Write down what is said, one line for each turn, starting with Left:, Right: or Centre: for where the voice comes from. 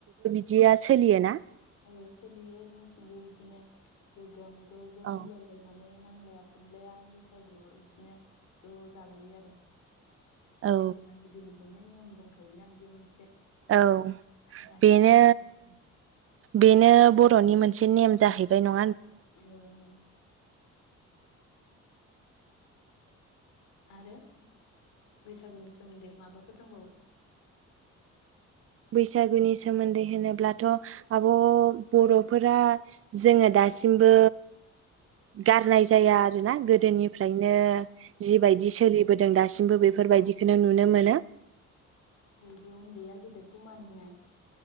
Right: जिया सोलियोना?
Left: औ सोलियो जोंथिंबो बिदिनो गोग्गोम ज' ज'
Right: औ
Left: मिलायलायनानै नांलाया खमलाया बैसागु इदिनो ज' जालायो आरो ।
Right: औ
Left: जोंनिया गोदोनिफाय नो नेम दंखायोना बियो मोनसे
Right: औ
Left: दासिमबो
Right: बेनो
Left: सोलिगासिनो
Right: बेनो बर'नि मोनसे नेम जाहैबाय न
Left: ओं <unintelligible> आरो बैसाग बैसागुनि सोमोन्दै माबाफोर दंबावो।
Right: बैसागुनि सोमोन्दै होनोब्लाथ' आब' बर'फोरा जोङो दासिमबो गारनाय जाया आरोना गोदोनिफ्रायनो जिबायदि सोलिबोदों दासिमबो बेफोरबायदिखौनो नुनो मोनो।
Left: बयबो उन्दैया गेदेरखौ मान होनाय।